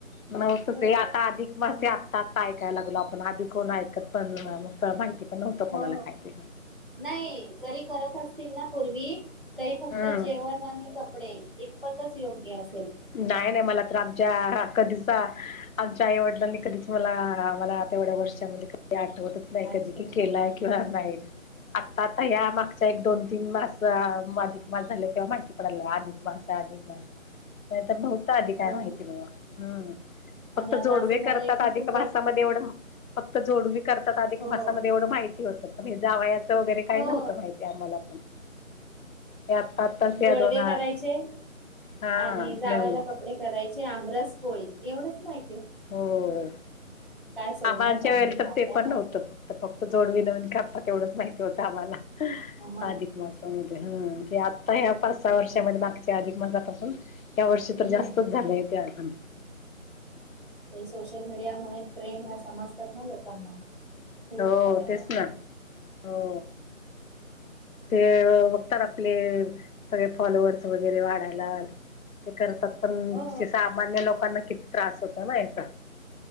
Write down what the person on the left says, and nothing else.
नव्हतं
ते आता अधिक मासा हे आता आता या लागलो आपण आदी कोण ऐकत पण म माहिती पण नव्हतं
कोणाला काय ते
हम्म
नाय नाय मला तर आमच्या आका <unintelligible> आई वडलांनी आणि कधीच मला मला आता एवढ्या वर्षामध्ये आठवतच नाही
कधी केला किंवा नाही आता आ या मागच्या एक दोन तीन मास अधिक मास झाले तेव्हा माहिती पडलायला अधिक मास अधिक मास नाहीतर नव्ह आधी काय
माहिती
नव्ह हम् फक्त
जोडवे
करतात
आधिक
मासामध्ये एवढं मा फक्त जोडवी करतात अधिक
मासामध्ये एवढं माहिती होतं पण हे जावया वगैरे काही
नव्हत माहितीे आम्हाला पण या आत्ता आताच या
दोन
हा
नवीन
हो
आमांच्या
वेल
तर ते
पण
नव्हतं
फक्त फक्त जोडवी न म्ह. प्पा तेवढंच माहिती होत आम्हाला
अधिक मासामध्ये ह ते आता यापून. वर्षामध्ये
मागच्या अधिक मासापासून त्या वर्षी
तर जास्तच झालेय ते अजून.
हो
तेच
ना हो. ते बघतात आपले सगळे फॉलोअर्स वगैरे वाढायला. ते करतात पण
सामान्य लोकांना किती त्रास होत ना याचा.